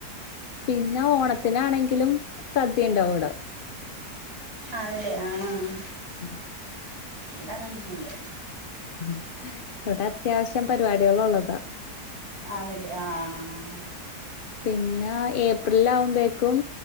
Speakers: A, on the left (about 55°); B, on the right (about 75°).
A: പിന്ന ഓണത്തിനാണെങ്കിലും സദ്യ ഉണ്ടാവു ഇവട
B: അതല്ലേ ആഹ് ആഹ്
A: ഉം
B: ഇവടങ്ങനൊന്നു ഇല്ല
A: ഉം ഇവിട അത്യാവശ്യം പരിപാടികളൊള്ളതാ
B: അതല്ലേ ആഹ് ആഹ്
A: പിന്ന ഏപ്രിലിൽ ആവുമ്പേക്കും